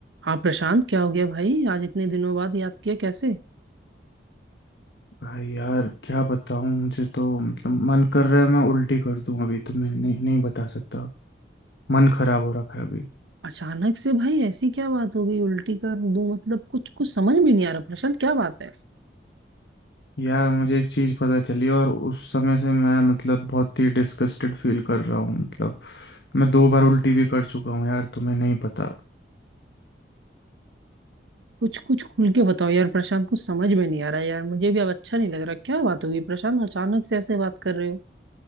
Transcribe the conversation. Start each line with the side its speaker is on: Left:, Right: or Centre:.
Right: हाँ प्रशांत क्या हो गया भाई आज इतने दिनों बाद याद किया कैसे
Left: भाई यार क्या बताऊं मुझे तो मतलब मन कर रहा है मैं उल्टी कर दूं अभी तो मैं नहीं नहीं बता सकता मन खराब हो रखा है अभी
Right: अचानक से भाई ऐसी क्या बात हो गई उल्टी कर दूं मतलब कुछ कुछ समझ में नहीं आ रहा प्रशांत क्या बात है
Left: यार मुझे एक चीज पता चली और उस समय से मैं मतलब बहुत ही डिस्गस्टेड फील कर रहा हूँ मतलब मैं दो बार उल्टी भी कर चुका हूँ यार तुम्हें नहीं पता
Right: कुछ कुछ खुल के बताओ यार प्रशांत कुछ समझ में नहीं आ रहा यार मुझे भी अब अच्छा नहीं लग रहा क्या बात होगी प्रशांत अचानक से ऐसे बात कर रहे हो